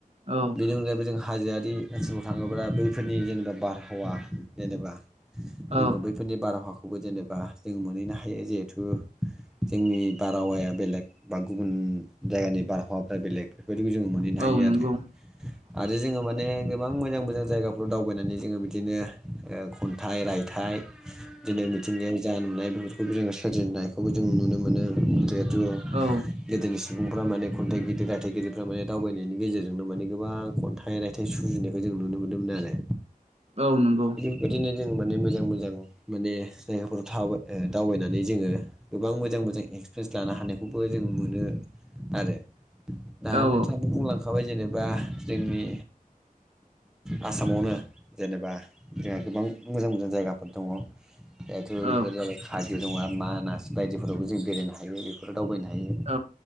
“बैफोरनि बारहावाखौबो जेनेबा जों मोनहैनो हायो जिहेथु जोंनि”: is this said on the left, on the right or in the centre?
Centre